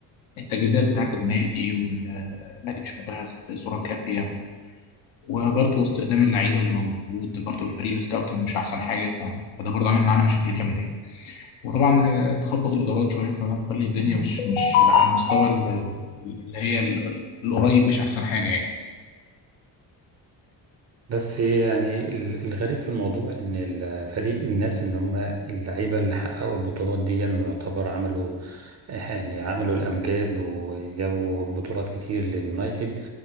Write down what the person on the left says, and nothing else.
التجهيزات بتاعة النادي وإن آه، النادي مش مجهز بصورة كافية وبرضو استخدام اللعيبة اللي موجود برضو الفريق السكاوتنج مش أحسن حاجة ف... فده برضو عامل معانا مشاكل جامدة يعني وطبعا آه، تخبط الإدارات شوية فده مخلي الدنيا مش مش على المستوى ال- اللي هي ال- القريب مش أحسن حاجة يعني